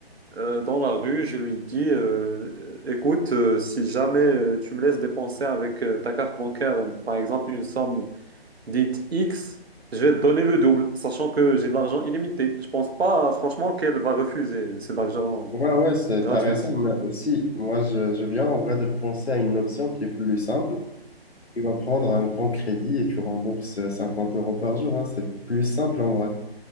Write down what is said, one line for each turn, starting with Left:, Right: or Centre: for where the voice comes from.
Right: euh, dans la rue, je lui dis, euh, euh, écoute, euh, si jamais euh, tu me laisses dépenser avec euh, ta carte bancaire, par exemple, une somme dite X, je vais te donner le double, sachant que j'ai de l'argent illimité. Je pense pas, franchement, qu'elle va refuser, c'est de l'argent
Left: Ouais, ouais, c'est-
Right: gratuit.
Left: t'as raison, mais aussi, moi, je, je viens en vrai de penser à une option qui est plus simple. Tu vas prendre un grand crédit et tu rembourses euh, 50 euros par jour, hein, C'est plus simple en vrai.